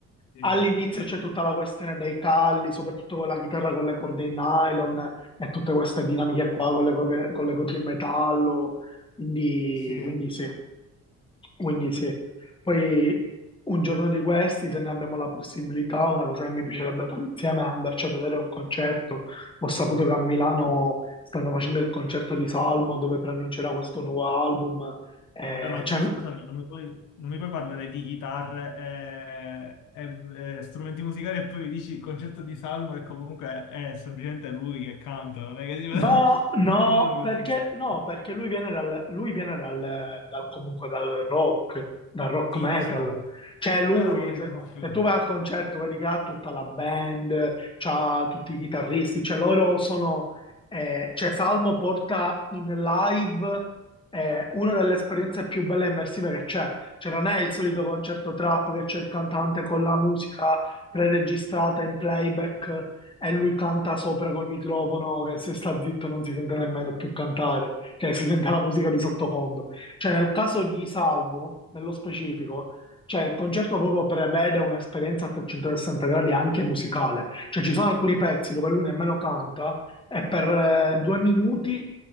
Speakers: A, on the left; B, on the left.
A: Sì.
B: All'inizio c'è tutta la questione dei calli, soprattutto con la chitarra con le corde in nylon e tutte queste dinamiche qua con le, corde- con le corde in metallo, quindi,
A: Sì.
B: quindi sì. Quindi sì, poi un giorno di questi, se ne abbiamo la possibilità, una cosa che mi piacerebbe fare insieme è andarci a vedere un concerto. Ho saputo che a Milano stanno facendo il concerto di Salmo dove preannuncerà questo nuovo album. Eh,
A: Vabbè, ma
B: cioè,
A: tu scusami, non mi puoi, non mi puoi parlare di chitarre e, e- e strumenti musicali e poi mi dici il concerto di Salmo che comunque è semplicemente lui che canta, non è che ti vedo-
B: Ma
A: <laughs>
B: no,
A: non ti vedono
B: perché,
A: che-
B: no, perché lui viene dal, lui viene dal, dal- comunque dal rock, dal rock
A: Sì,
B: metal.
A: lo so,
B: Cioè lui,
A: però non è
B: se,
A: che non più.
B: se tu vai al concerto, vedi che ha tutta la band, c'ha tutti i chitarristi, cioè loro sono, eh, cioè Salmo porta in live eh, una delle esperienze più belle e immersive che c'è. Cioè non è il solito concerto trap che c'è il cantante con la musica preregistrata in playback e lui canta sopra col microfono che se sta zitto non si sente nemmeno più cantare, cioè si sente la musica di sottofondo. Cioè nel caso di Salmo, nello specifico, cioè il concerto proprio prevede un'esperienza a 360 gradi anche musicale, cioè ci sono alcuni pezzi dove lui nemmeno canta e per eh, due minuti